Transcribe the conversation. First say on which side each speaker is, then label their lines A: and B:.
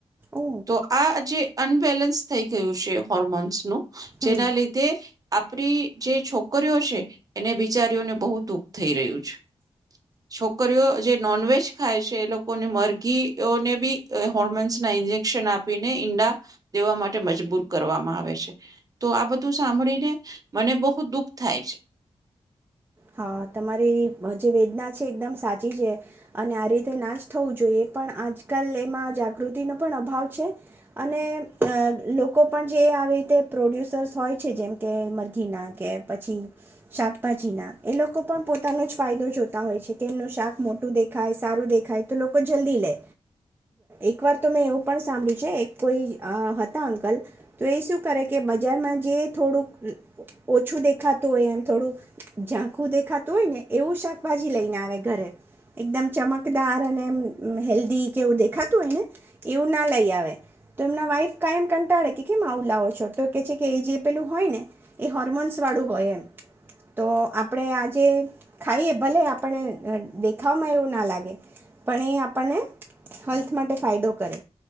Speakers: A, on the right; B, on the right.
A: ઓ
B: તો આ જે અનબેલેન્સ થઈ ગયું છે હોર્મોન્સનુંું
A: હમ
B: જેના લીધે આપણી જે છોકરીઓ છે એને બિચારીઓને બહુ દુઃખ થઈ રહ્યું છે છોકરીઓ જે નોનવેજ ખાય છે એ લોકોને મરઘીઓને બી હોર્મોન્સના ઇન્જેક્શન આપીને ઈંડા દેવા માટે મજબૂર કરવામાં આવે છે તો આ બધું સાંભળીને મને બહુ દુઃખ થાય છે
A: હા તમારી જે વેદના છે એકદમ સાચી છે અને આ રીતે નાશ થવું જોઈએ પણ આજકાલ એમાં જાગૃતિનો પણ અભાવ છે અને લોકો પણ જે આવી રીતે પ્રોડ્યુસર્સ હોય છે જેમ કે મરઘીના કે પછી શાકભાજીના એ લોકો પણ પોતાનો જ ફાયદો જોતા હોય છે કે એમનું શાક મોટું દેખાય સારું દેખાય તો લોકો જલ્દી લે એક વાર તો મેં એવું પણ સાંભળ્યું છે એક કોઈ હતા અંકલ તો એ શું કરે કે બજારમાં જે થોડુંક ઓછું દેખાતું હોય એમ થોડુંક ઝાંખું દેખાતું હોય ને એવું શાકભાજી લઈને આવે ઘરે એકદમ ચમકદાર અને હેલ્ધી જેવું દેખાતું હોય ને એવું ના લઈ આવે તો એમના વાઈફ કાયમ કંટાળે કે કેમ આવું લાવો છો તો કે છે કે એ જે પેલું હોય ને એ હોર્મોન્સ વાળું હોય એમ તો આપણે આજે ખાઈએ ભલે આપણને દેખાવમાં એવું ના લાગે પણ એ આપણને હેલ્થ માટે ફાયદો કરે